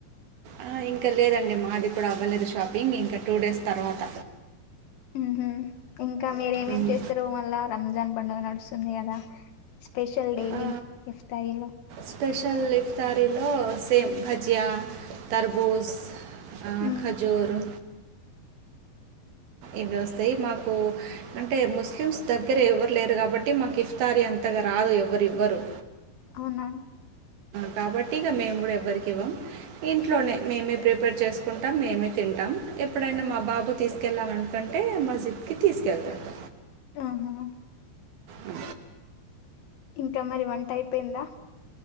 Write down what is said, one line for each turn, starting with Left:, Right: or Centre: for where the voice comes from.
Right: ఆ, ఇంకా లేదండి మాది ఇప్పుడు అవ్వలేదు షాపింగ్ ఇంకా టూ డేస్ తర్వాత
Left: ఉహు ఇంకా మీరేమేమి
Right: ఉమ్.
Left: చేస్తారు మళ్ళా రంజాన్ పండుగ నడుస్తుంది కదా స్పెషల్ డైలీ
Right: ఆ,
Left: ఇఫ్తాయిలో
Right: స్పెషల్ ఇఫ్తారీలో సేమ్ భజ్జ్యా తరబూజ్ ఆ
Left: ఉమ్
Right: ఖజూరు ఇవి వస్తాయి మాకు అంటే ముస్లిమ్స్ దగ్గర ఎవరు లేరు కాబట్టి మాకు ఇఫ్తారీ అం అత్తగా రాదు ఎవ్వరివ్వరు
Left: వునా
Right: కాబట్టి ఇక మేము కూడా ఎవ్వరికి ఇవ్వం. ఇంట్లోనే మేమే ప్రిపేర్ చేసుకుంటాం. మేమే తింటాం. ఎప్పుడైనా మా బాబు తీసుకెళ్ళాలినుకంటే మస్జిద్ కి తీసుకెళ్తాడు.
Left: ఆహా
Right: అ
Left: ఇంకా మరి వంట అయిపోయిందా